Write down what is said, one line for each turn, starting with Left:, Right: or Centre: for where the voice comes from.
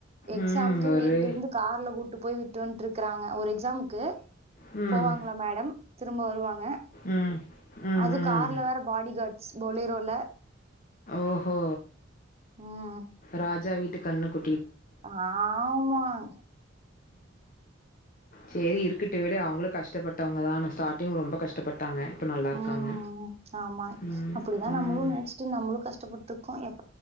Right: எக்ஸாம்கே
Left: ம் ஒரு
Right: வீட்ல இருந்து கார்ல கூட்டு போய் விட்டு வன்ட்ரு க்குறாங்க ஒரு எக்ஸாமுக்கு
Left: ம்.
Right: போவாங்களா மேடம் திரும்ப வருவா ங்க
Left: ம். ம்.
Right: அதுவு
Left: ம்.
Right: கார்ல வேற பாடி காட் ஸ்பொலிரோல
Left: ஓஹோ
Right: ம்
Left: ராஜா வீட்டு கன்னு கு
Right: ஆமாங்
Left: செரி இருக்கட்டு விடு அவங்களு கஷ் டப்பட்டவங்கதான ஸ்டார்டிங் ரொம்ப கஷ்டப்பட்டாங்க இப்ப நல்லா இருக்காங்க.
Right: ம் ஆமாங்
Left: ம்.
Right: அப்புடிதா
Left: ம்.
Right: நம்மளு நெனச்சுட்டு நம்மளு கஷ்டப்பட்ருக்கோ எப்